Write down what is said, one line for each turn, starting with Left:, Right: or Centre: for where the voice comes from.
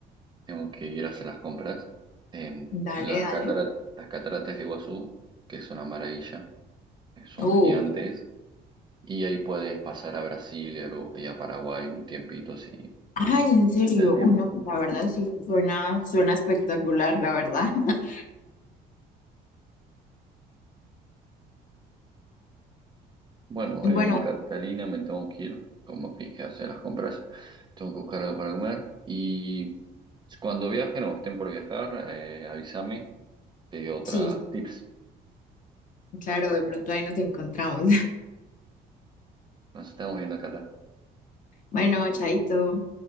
Right: tengo que ir a hacer las compras. eh,
Left: Dale,
Right: las
Left: dale.
Right: cataratas, las cataratas de Iguazú, que es una maravilla, eh, son
Left: Uh,
Right: gigantes, y ahí puedes pasar a Brasil y a, Uru- y a Paraguay un tiempito si
Left: ay, en serio.
Right: está el tiempo.
Left: Uno, la verdad sí, suena, suena espectacular, la verdad. <laughs>
Right: Bueno,
Left: Bueno,
Right: en Catalina me tengo que ir, como te dije, a hacer las compras, tengo que buscar algo para comer, y cuando viajen o estén por viajar, eh, avísame, te doy otras
Left: sí,
Right: tips.
Left: claro, de pronto ahí nos encontramos.
Right: Nos estamos viendo, Cata.
Left: <laughs> Bueno, chaito.